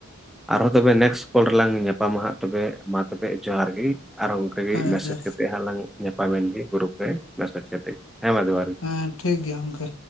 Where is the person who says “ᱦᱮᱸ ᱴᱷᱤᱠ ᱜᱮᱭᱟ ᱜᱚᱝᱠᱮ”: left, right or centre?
Left